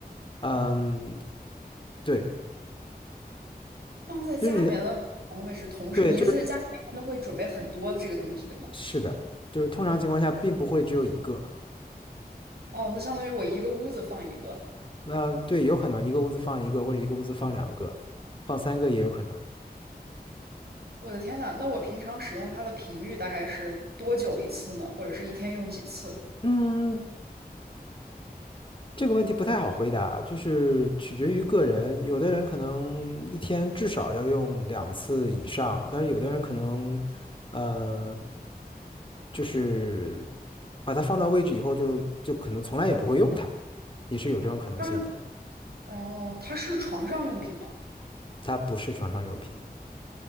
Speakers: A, on the left; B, on the right.
A: 嗯，对，
B: 放在家里面的不同位置，
A: 就是你的，
B: 同时你意思是家里面一般都会准备很多的这个东西，
A: 对，就是
B: 对吗？
A: 是的，就是通常情况下并不会只有一个。
B: 哦，那相当于我一个屋子放一个，
A: 那、对，有可能一个屋子放一个，或者一个屋子放两个，放三个也有可能。
B: 我的天呐，那我平常使用它的频率大概是多久一次呢？或者是一天用几次？
A: 嗯，这个问题不太好回答，就是取决于个人。有的人可能一天至少要用两次以上，但是有的人可能，呃，就是把它放到位置以后就，就可能从来也不会用它，也是有这种可能性的。
B: 它哦，它是床上用品吗？
A: 它不是床上用品，